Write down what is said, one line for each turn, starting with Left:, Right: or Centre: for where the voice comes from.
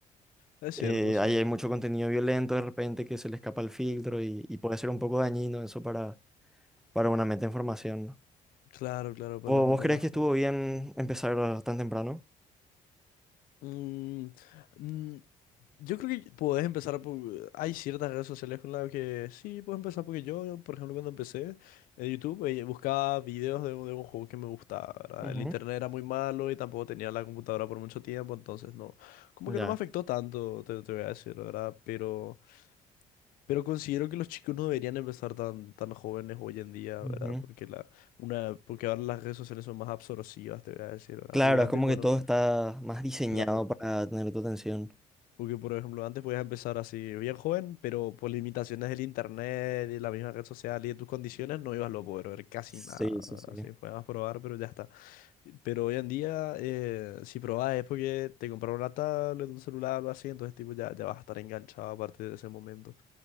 Left: Es
Centre: Eh,
Left: cierto, sí.
Centre: ahí hay mucho contenido violento de repente que se le escapa el filtro y, y puede ser un poco dañino eso para, para una mente en formación. ¿no?
Left: Claro, claro, para
Centre: ¿Vo-
Left: la gente
Centre: ¿Vos, crees
Left: más
Centre: que
Left: joven.
Centre: estuvo bien empezar tan temprano?
Left: Mm, mm, Yo creo que puedes empezar por... Hay ciertas redes sociales con las que sí, puedes empezar porque yo, yo, por ejemplo, cuando empecé en YouTube, eh, buscaba videos de, un de un juego que me gustaba, ¿verdad?
Centre: Ujú,
Left: El internet era muy malo y tampoco tenía la computadora por mucho tiempo, entonces no, como
Centre: Ya.
Left: que no me afectó tanto, te, te voy a decir, ¿verdad? Pero, pero considero que los chicos no deberían empezar tan, tan jóvenes hoy en día, ¿verdad?
Centre: Ujú.
Left: Porque, la, una, porque ahora las redes sociales son más absorbivas, te voy a decir, ¿verdad?
Centre: Claro,
Left: Porque antes,
Centre: es como
Left: bueno...
Centre: que todo está más diseñado
Left: Claro,
Centre: para tener tu atención.
Left: Porque, por ejemplo, antes podías empezar así bien joven, pero por limitaciones del internet y la misma red social y de tus condiciones no ibas a poder ver casi
Centre: Sí,
Left: nada.
Centre: sí,
Left: ¿verdad?
Centre: sí.
Left: Así podías probar, pero ya está. Pero hoy en día, eh, si probás es porque te compraron una tablet, un celular, o algo así, entonces tipo ya, ya vas a estar enganchado a partir de ese momento.